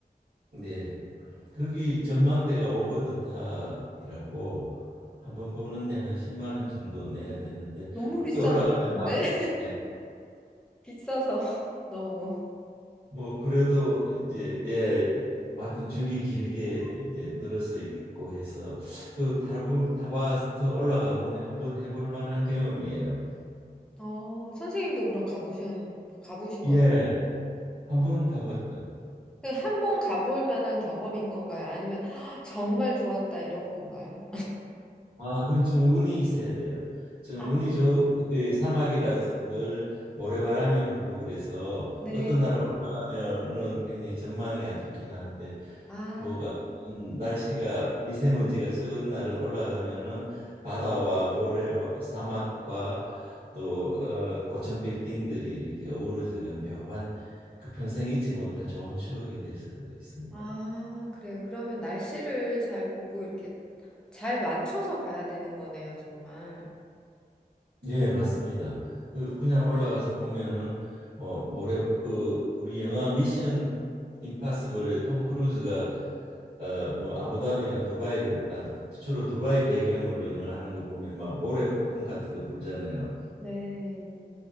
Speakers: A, on the right (about 85°); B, in the centre.
A: 네. 거기 전망대가 오버 더 탑이라고 한 번 보는데 한 10만 원 정도 내야 되는데
B: 너무
A: 거기
B: 비싼데?
A: 올라가면 다 보여요.
B: 비싸서 <laughs> 너무.
A: 뭐 그래도 이제 예, 뭐 하여튼 줄이 길게 이제 늘어서 있고 해서 그 타바 타바스트 올라가 보면 한번 해볼 만한 경험이에요.
B: 어, 선생님도 그럼 가보신, 가보신 거네.
A: 예, 한번
B: 어.
A: 가봤죠.
B: 한번 가볼 만한 경험인 건가요? 아니면 <gasps> "아, 정말 좋았다 이런 건가요?
A: 아, 그건 좀 운이 있어야 돼요. 좀
B: 아,
A: 운이 좋, 그 사막이라서 늘 모래바람이 불고 그래서
B: 네.
A: 어떤 나라 올라가면은 굉장히 전망이 안 좋기도 한데
B: 아,
A: 뭐가
B: 음.
A: 날씨가 미세먼지가 적은 날은 올라가면은 바다와 모래와 사막과 또 어, 고층 빌딩들이 이렇게 어우러져가 묘한 그 평생 잊지 못할 좋은 추억이 될 수도 있습니다.
B: 아, 그래요. 그러면 날씨를 잘 보고 이렇게 잘 맞춰서 가야 되는 거네요, 정말.
A: 예, 맞습니다. 그 그냥 올라가서 보면은 어 모래 그 우리 영화 미션 임파서블에 톰 크루즈가 어 뭐 아부다비나 두바이를 아, 주로 두바이 배경으로 영화하는 거 보면 막 모래 폭풍 같은 거 불잖아요.
B: 네.